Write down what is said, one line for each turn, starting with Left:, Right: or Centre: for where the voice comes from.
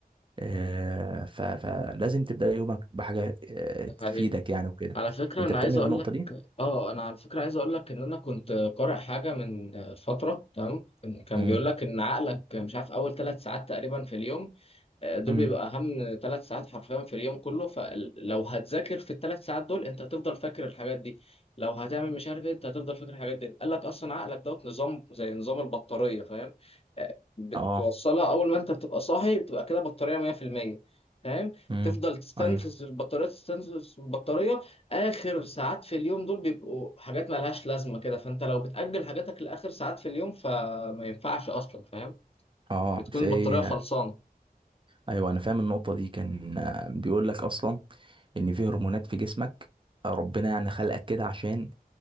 Right: آه، ف- فلازم تبدأ يومك بحاجة آه،
Left: ده
Right: تفيدك
Left: حقيقي
Right: يعني وكده
Left: على فكره
Right: انت
Left: انا
Right: بتعمل
Left: عايز اقول
Right: النقطة دي
Left: اه انا على فكره عايز اقول لك ان انا كنت قارئ حاجه من فتره تمام كان كان
Right: امم
Left: بيقول لك ان عقلك مش عارف اول ثلاث ساعات تقريبا في اليوم آه، دول
Right: امم
Left: بيبقى اهم ثلاث ساعات حرفيا في اليوم كله فلو هتذاكر في الثلاث ساعات دول انت هتفضل فاكر الحاجات دي لو هتعمل مش عارف إيه، انت هتفضل فاكر الحاجات دي قال لك اصلا عقلك دوت نظام زي نظام البطاريه فاهم آه، بتوصلها
Right: اه
Left: اول ما انت بتبقى صاحي بتبقى كده بطاريه 100% فاهم
Right: امم
Left: تفضل تستنفذ
Right: ايوه
Left: البطاريه تستنفذ البطاريه اخر ساعات في اليوم دول بيبقوا حاجات مالهاش لازمه كده فانت لو بتاجل حاجاتك لاخر ساعات في اليوم فما ينفعش اصلا فاهم
Right: اه
Left: بتكون
Right: في
Left: البطاريه خلصانه
Right: ايوه انا فاهم النقطة دي كان آه، بيقول لك اصلا ان في هرمونات في جسمك آه، ربنا يعني خلقك كده عشان